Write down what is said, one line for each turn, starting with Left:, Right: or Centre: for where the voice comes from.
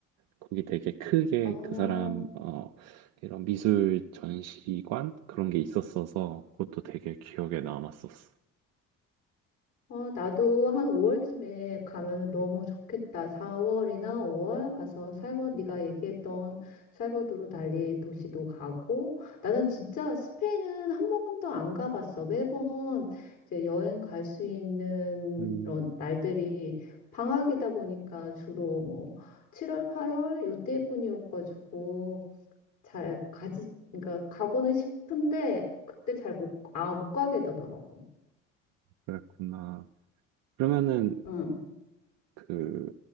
Right: 거기 되게 크게
Left: 어.
Right: 그 사람 어 이런 미술 전시관 그런 게 있었어서 그것도 되게 기억에 남았었어.
Left: 어, 나도 한 5월쯤에 가면은 너무 좋겠다. 4월이나 5월 가서 살버, 네가 얘기했던 살버도르 달리 도시도 가고, 나는 진짜 스페인은 한 번도 안 가봤어. 매번 이제 여행 갈 수 있는
Right: 음,
Left: 그런 날들이 방학이다 보니까 주로 뭐 7월, 8월 요때뿐이어가지고 잘 가지, 그러니까 가고는 싶은데 그때 잘 못, 아, 못 가게 되더라고.
Right: 그랬구나. 그러면은
Left: 응.
Right: 그